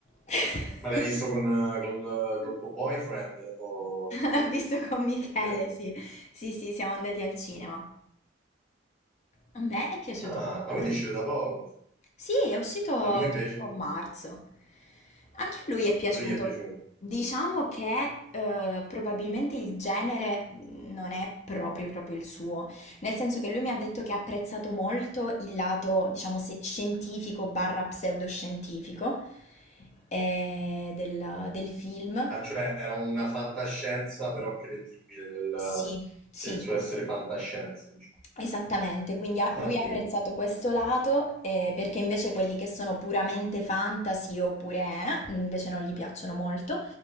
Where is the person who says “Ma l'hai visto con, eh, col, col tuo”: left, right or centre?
Centre